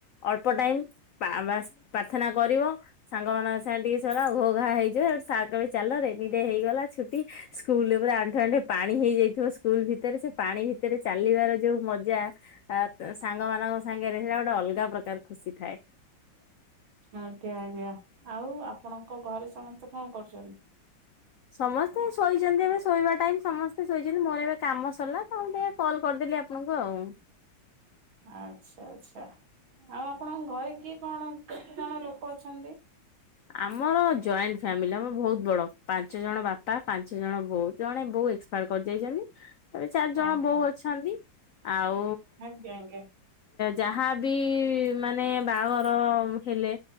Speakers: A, on the left; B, on the right.
A: ଅଳ୍ପ ଟାଇମ୍ ବାସ ପ୍ରାର୍ଥନା କରିବ ସାଙ୍ଗମାନାନଙ୍କ ସାଏ ଟିକେ ସ ଘୋ ଘା ହେଇଯିବ ଚାଲ ରେନି ଡେ ହେଇଗଲା ଛୁଟି ସ୍କୁଲ ଉପରେ ଆଣ୍ଠେ ଆଣ୍ଠେ ପାଣି ହେଇଯାଇଥିବ ସ୍କୁଲ ଭିତରେ ସେ ପାଣି ଭିତରେ ଭିତରେ ଚାଲିବାର ଯୋଉ ମଜା ସାଙ୍ଗ ମାନଙ୍କ ସାଙ୍ଗରେ ସେଇଟା ଗୋଟେ ଅଲଗା ପ୍ରକାର ଖୁସି ଥାଏ। ହ <unintelligible>
B: ଆଜ୍ଞା-ଆଜ୍ଞା ଆଉ ଆପଣଙ୍କ ଘରେ ସମସ୍ତେ କଣ କରୁଛନ୍ତି?
A: ସମସ୍ତେ ଶୋଇଛନ୍ତି ଏମ ଶୋଇବା ଟାଇମ ସମସ୍ତେ ଶୋଇଛନ୍ତି ମୋର ଏବେ କାମ ସରିଲା ତ ଟିକେ କଲ୍ କରିଦେଲି ଆପଣଙ୍କୁ ଆଉ।
B: ଆଚ୍ଛା-ଆଚ୍ଛା। ଆଉ ଆପଣଙ୍କ ଘରେ କିଏ କଣ କେତେ ଜଣ ଲୋକ ଅଛନ୍ତି?
A: ଆମର ଜଏଣ୍ଟ ଫ୍ୟାମିଲି ଆମର ବହୁତ ବଡ ପାଞ୍ଚ ଜଣ ବାପା ପାଞ୍ଚ ଜଣ ବୋଉ ଜଣେ ବୋଉ ଏକ୍ସପାଡ କରିଯାଇଛନ୍ତି ଏ ଚାରି ଜଣ
B: ଆଜ୍ଞା
A: ବୋଉ ଅଛନ୍ତି। ଆଉ
B: ଆଜ୍ଞା ଆଜ୍ଞା
A: ଯାହାବି ମାନେ ବାହାଘର ହେଲେ